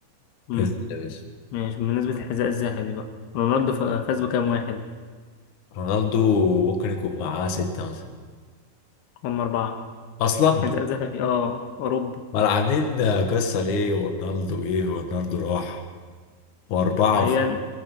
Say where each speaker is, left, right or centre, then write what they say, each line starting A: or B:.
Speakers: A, on the left; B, on the left.
A: امم
B: اسم يا باشا
A: ماشي بالنسبة للحذاء الذهبي بقى رونالدو ف- فاز بكام واحد
B: رونالدو ممكن يكون معاه ستة مثلا
A: هم اربعة
B: اصلا
A: حذاء ذهبي اه اوروبا
B: ولا عاملين قصه ليه ورونالدو جه ورونالدو راح واربعه
A: ما
B: وخ...
A: هي